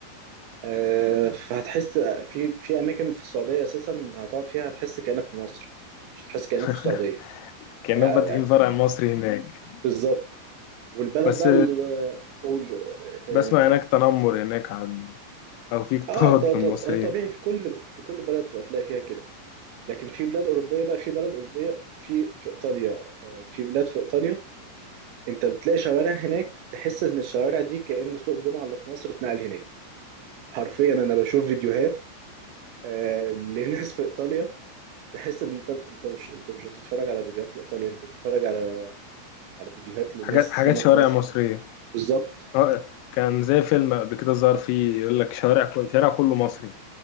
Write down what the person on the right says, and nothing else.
آه، فهتحس آه، في في اماكن في السعوديه اساسا هتقعد فيها هتحس كانك في مصر مش هتحس كانك
في السعوديه
يعني
يعني
بالظبط والبلد
بقى ال- آه، قول آه،
آه،
اه ط- ط-
طبيعي في كل في كل بلد هتلاقي فيها كده لكن في بلاد اوروبيه بقى في بلد اوروبيه في في ايطاليا آه، في بلاد في ايطاليا انت بتلاقي شوارع هناك تحس ان الشوارع دي كأن سوق الجمعه اللي في مصر اتنقل هناك حرفيا انا بشوف فيديوهات آه، <laughs> لناس في ايطاليا تحس ان انت انت مش انت مش بتتفرج على فيديوهات لايطاليا انت بتتفرج على على فيديوهات لناس
هنا
في مصر
بالظبط